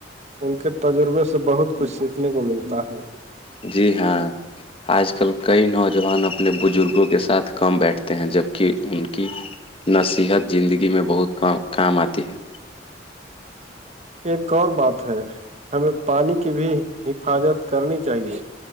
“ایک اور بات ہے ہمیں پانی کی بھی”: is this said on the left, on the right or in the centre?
Right